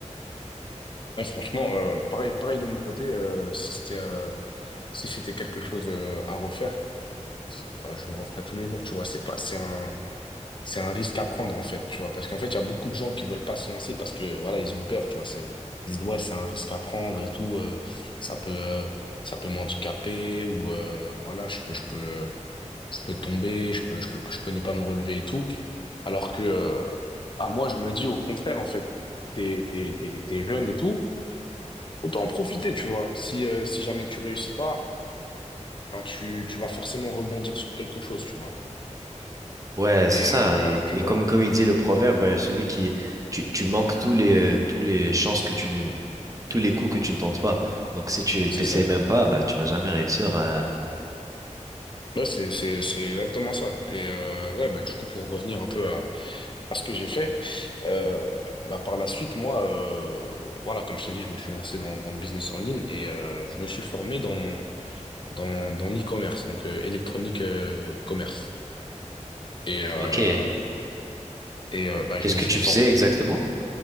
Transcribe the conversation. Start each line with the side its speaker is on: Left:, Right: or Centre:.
Left: Ouais, franchement, euh, pareil, pareil de mon côté, euh, si c'était euh, si c'était quelque chose euh, à refaire, euh, je le referais tous les jours, tu vois. C'est pas, c'est un, c'est un risque à prendre en fait, tu vois, parce qu'en fait, il y a beaucoup de gens qui veulent pas se lancer parce que voilà, ils ont peur, tu vois, c'est ils disent ouais, c'est un risque à prendre et tout, euh, ça peut euh, ça peut m'handicaper ou euh, voilà, je peux je peux euh, je peux tomber, je peux je peux je peux ne pas me relever et tout. Alors que euh, à moi, je me dis au contraire en fait, t'es t'es t'es t'es jeune et tout, autant en profiter, tu vois. Si euh, si jamais tu réussis pas, bah tu tu vas forcément rebondir sur quelque chose, tu vois.
Right: Ouais, c'est
Left: Et
Right: ça.
Left: euh,
Right: Et,
Left: puis
Right: et
Left: voilà,
Right: comme, comme il dit le proverbe, euh, celui qui, tu, tu manques tous les, euh, tous les chances que tu ne, tous les coups que tu ne tentes pas. Donc, si tu
Left: c'est
Right: t'essayes
Left: ça.
Right: même pas, bah, tu vas jamais réussir. à-
Left: Là, c'est, c'est, c'est exactement ça. Et euh, ouais, bah, du coup, pour revenir un peu à, à ce que j'ai fait, euh, bah, par la suite, moi, euh, voilà, comme je t'ai dit, je me suis lancé dans, dans le business en ligne et euh, je me suis formé dans, dans, dans l'e-commerce, donc euh, électronique euh, commerce. Et, euh,
Right: Ok.
Left: et euh, bah,
Right: Qu'est-ce
Left: je me
Right: que
Left: suis
Right: tu
Left: formé.
Right: faisais exactement?